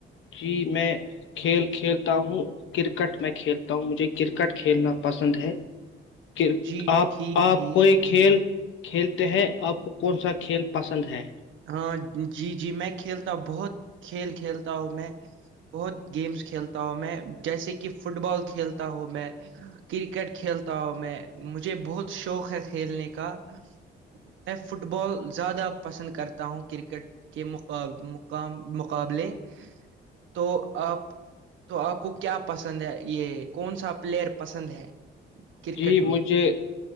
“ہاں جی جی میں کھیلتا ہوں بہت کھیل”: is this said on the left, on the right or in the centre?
Right